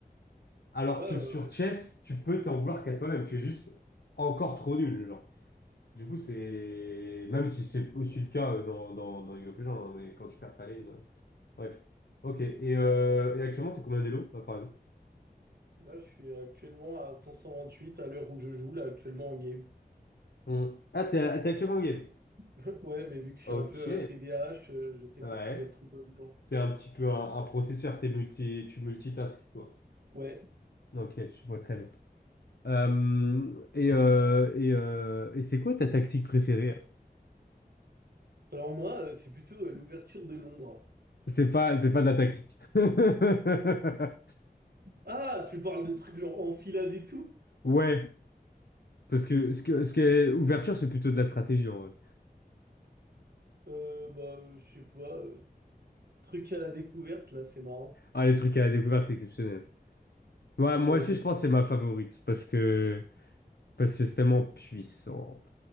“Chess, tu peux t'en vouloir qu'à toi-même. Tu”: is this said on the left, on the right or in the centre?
Left